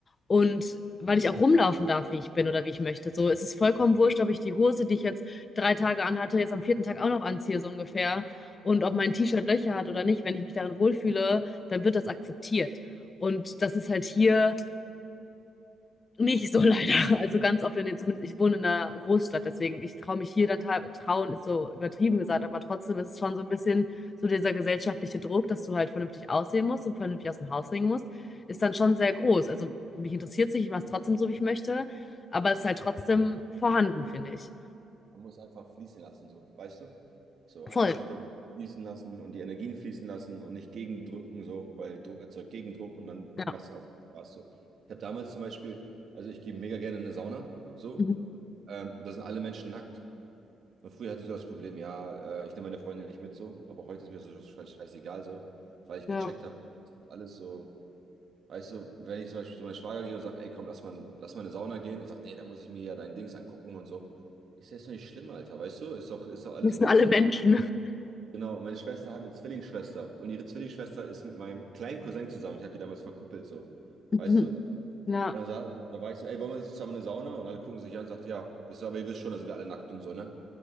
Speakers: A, on the left; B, on the right.
A: Und weil ich auch rumlaufen darf, wie ich bin oder wie ich möchte. So, es ist vollkommen wurscht, ob ich die Hose, die ich jetzt drei Tage anhatte, jetzt am vierten Tag auch noch anziehe, so ungefähr. Und ob mein
B: Ja,
A: T-Shirt Löcher hat oder nicht, wenn ich mich darin wohlfühle, dann wird das akzeptiert. Und das ist halt hier nicht so <laughs> leider. Also ganz oft in den, zumindest ich wohne in einer Großstadt, deswegen ich traue mich hier dann teil- trauen, ist so übertrieben gesagt, aber trotzdem ist es schon so ein bisschen so dieser gesellschaftliche Druck, dass du halt vernünftig aussehen musst und vernünftig aus dem Haus bringen musst, ist dann schon sehr groß. Also mich interessiert es nicht, ich mache es trotzdem so, wie ich möchte, aber es
B: ja.
A: ist halt trotzdem vorhanden, finde ich.
B: Man muss einfach fließen lassen, so, weißt du? So, einfach
A: Voll.
B: die Situation fließen lassen und die Energien fließen lassen und nicht gegendrücken, so, weil Druck erzeugt Gegendruck und dann
A: Ja.
B: macht es auch Spaß, so. Ich habe damals zum Beispiel, also ich gehe mega gerne in eine Sauna, so,
A: Mhm.
B: ähm, da sind alle Menschen nackt. Und früher hatte ich so das Problem, ja, äh, ich nehme meine Freundin nicht mit, so, aber heute ist mir so scheiß- scheißegal, so, weil ich
A: Ja.
B: gecheckt habe, alles so. Weißt du, wenn ich zum Beispiel zu meinem Schwager gehe und sage, ey, komm, lass mal, lass mal in eine Sauna gehen, er sagt, nee, da muss ich mir ja dein Dings angucken und so. Ich sehe, ist doch nicht schlimm, Alter, weißt du? Ist doch, ist doch alles
A: Wir sind
B: gut
A: alle
B: so.
A: Menschen. <laughs>
B: Genau, und meine Schwester hat eine Zwillingsschwester und ihre Zwillingsschwester ist mit meinem kleinen Cousin zusammen. Ich habe die damals verkuppelt, so.
A: Mhm.
B: Weißt du? Und
A: Ja.
B: dann, sa- dann war ich so, ey, wollen wir jetzt zusammen in eine Sauna? Und alle gucken sich an und sagt, ja, wisst ihr, aber ihr wisst schon, da sind wir alle nackt und so, ne?